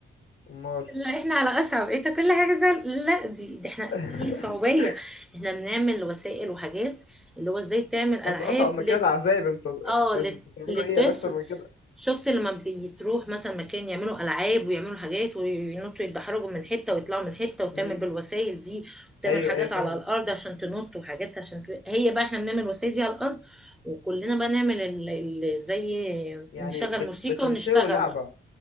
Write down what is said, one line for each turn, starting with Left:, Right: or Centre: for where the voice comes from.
Left: امال
Centre: لا احنا على اصعب انت كل حاجة زي لا دي, دي احنا
Left: <laughs>
Centre: في صعوبية احنا بنعمل وسائل وحاجات اللي هو ازاي تعمل العاب
Left: أص- اصعب من
Centre: لل...
Left: كده ده عذاب انت انت-
Centre: اه
Left: انت
Centre: لل...
Left: بتعملوا
Centre: للطفل
Left: ايه انا اكتر من كده
Centre: شفت لما بتروح مثلا مكان يعملوا العاب ويعملوا حاجات وينطوا يتدحرجوا من حته ويطلعوا من حته وتعمل
Left: مم.
Centre: بالوسائل دي وتعمل
Left: ايوه
Centre: حاجات
Left: ايوه فاهمك
Centre: على الارض عشان تنط وحاجات عشان تل... هي بقى احنا بنعمل وسائل دي على الارض وكلنا بقى نعمل ال... ال... زي
Left: يعني
Centre: نشغل
Left: بت...
Centre: موسيقى
Left: بتنشئوا
Centre: ونشتغل
Left: لعبة
Centre: بقى